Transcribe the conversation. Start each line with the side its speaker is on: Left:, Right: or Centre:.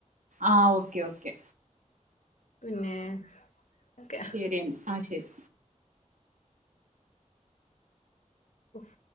Right: ആ ഓക്കെ ഓക്കെ
Left: പിന്നെ ഒക്കെ
Right: ശരിയ ആ ശരി
Left: ഉഫ്